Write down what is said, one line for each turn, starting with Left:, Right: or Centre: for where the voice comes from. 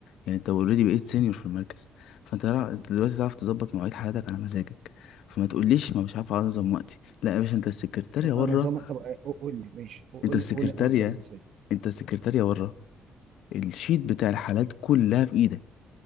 Left: يعني انت اوريدي بقيت سينيور في المركز فانت لا- انت دلوقتي تعرف تظبط مواعيد حالاتك على مزاجك فما تقوليش ما مش عارف انظم وقتي لا يا باشا انت السكرتارية
Right: طب انا
Left: بره
Right: نظامها طب آه، قول لي ماشي قول
Left: انت السكرتارية
Right: لي قول لي انا نظامها ازاي
Left: انت السكرتارية بره الشيت بتاع الحالات كلها في ايدك